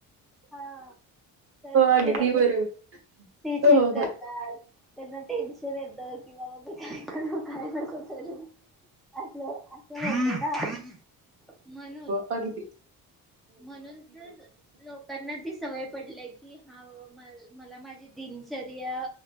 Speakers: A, in the centre; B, on the right (about 40°).
A: हा, तर त्याला
B: अगदी बरोबर
A: ती चेक
B: हो
A: कर.
B: हो
A: त्यांना टेन्शन येतं की, बाबा, की काय करू काय नको करू... असलं असं म्हणून.
B: पगती.
A: म्हणून तर लोक... त्यांना ती सवय पडलीय की, हा माझी दिनचर्या...